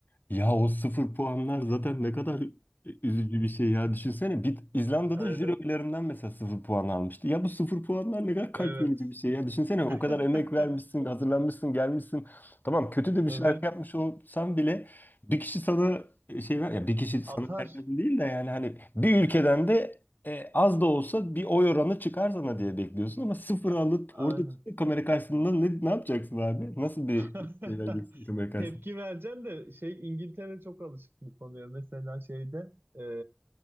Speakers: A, on the left; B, on the right.
A: Ya o sıfır puanlar zaten ne kadar üzücü bir şey ya. Düşünsene bir İzlanda'da
B: Aynen.
A: jüri oylarından mesela sıfır puan almıştı. Ya bu sıfır puanlar ne kadar kalp
B: Evet.
A: yorucu bir şey ya. Düşünsene o
B: <laughs>
A: kadar emek vermişsin, hazırlanmışsın, gelmişsin. Tamam kötü de bir
B: Evet,
A: şarkı yapmış olsan bile bir kişi sana e, şey ver ya bir kişi sana
B: atar.
A: vermedi değil de yani hani bir ülkeden de e, az da olsa bir oy oranı çıkar sana diye bekliyorsun ama sıfır
B: A-
A: alıp
B: Aynen.
A: orada kamera karşısında ne, ne yapacaksın abi? Nasıl bir
B: <laughs>
A: şey vereceksin kamera karşısında?
B: Tepki vereceğim de şey İngiltere çok alışık bu konuya. Mesela şeyde e,